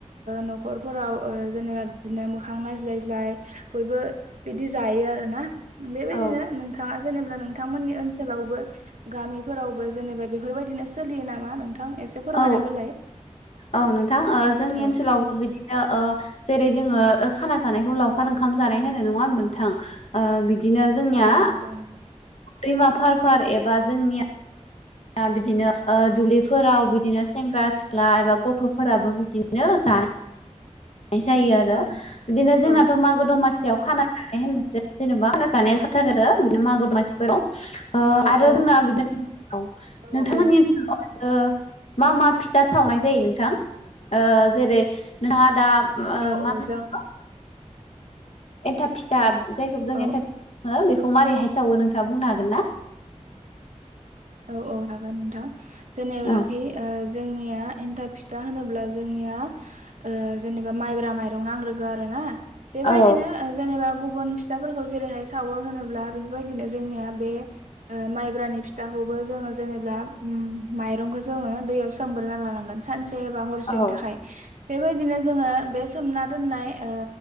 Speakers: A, on the right; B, on the left.
A: न'खरफोराव जेनेबा बिदिनो मोखां नायज्लाय ज्लाय बयबो बिदि जायो आरोना बेबायदिनो
B: औ
A: नोंथाङा जेनेबा नोंथांमोननि ओनसोलावबो गामिफोरावबो जेनेबा बेफोरबायदिनो सोलियो नामा नोंथां एसे फोरमायना
B: औ
A: होलाय
B: औ नोंथां जोंनि
A: औ
B: ओनसोलावबो बिदिनो जेरै जोङो खाना जानायखौ लावखार ओंखाम जानाय होनो नङा होनबा नोंथां बिदि नो जोंनिया
A: औ नंगौ नंगौ
B: दैमा फार फार एबा जोंनिया ओ बिदिनो ओ दुब्लिफोराव बिदिनो सेंग्रा सिख्ला एबा गथ'फोराबो बिदिनो <unintelligible> जायो आरो।
A: औ
B: बिदिनो जोंनाथ'
A: औ
B: मागो दमासि सियाव खाना जानाय होननोसै। जेनेबा खाना जानाय जाखा थारो बिदिनो मागो दमासि फोराव। ओ
A: औ
B: आरो
A: औ
B: जोंना बिदि औ
A: औ
B: नोंथांमोननि
A: औ
B: ओनसोलाव ओ मा मा फिथा सावनाय जायो नोंथां? ओ जेरै नोंथाङा दा ओ‌
A: औ
B: मा
A: औ
B: <unintelligible>
A: जों
B: एन्थाब फिथा जायखौ जों
A: औ
B: एन्थाब हो बेखौ माबारैहाय सावो नोंथाङा बुंनो हागोन ना?
A: औ औ हागोन नोंथां। जेनेब्लाखि
B: औ
A: ओ जोंनिया एन्थाब फिथा होनोब्ला जोंनिया ओ जेनेबा माइब्रा माइरं नांग्रोगौ आरो ना। बेबायदिनो
B: औ
A: जेनेबा गुबुन फिथाफोरखौ जेरैहाय सावो होनोब्ला बेफोरबायदिनो जोंनिया बे ओ माइब्रानि फि थाखौबो जोङो जेनेब्ला माइरंखौ जोङो दैयाव सोमग्रोना लानांगोन सानसे बा हरसेनि
B: औ
A: थाखाय बेबायदिनो जोङो बे सोमना दोननाय ओ